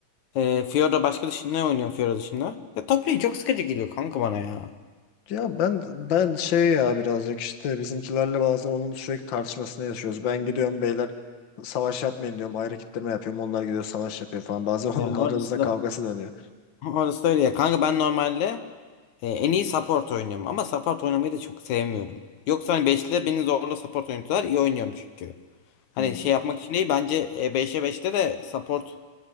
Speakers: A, on the left; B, on the left.
A: Ee, Fiora başka dışında ne oynuyorsun Fiora dışında? Ya top lane çok sıkıcı geliyor kanka bana ya.
B: Ya ben ben şey ya birazcık işte bizimkilerle bazen onun sürekli tartışmasını yaşıyoruz. Ben gidiyorum beyler savaş yapmayın diyorum. Ayrı kitleme yapıyorum. Onlar gidiyor savaş yapıyor falan. Bazen <laughs> onun
A: Ya
B: aramızda
A: orası
B: kavgası
A: da
B: dönüyor.
A: orası da öyle ya. Kanka ben normalde e, en iyi support oynuyorum ama support oynamayı da çok sevmiyorum. Yoksa hani 5'te beni zorla support oynatıyorlar iyi oynuyorum çünkü. Hani
B: Hmm.
A: şey yapmak için değil bence e, 5'e beşte de support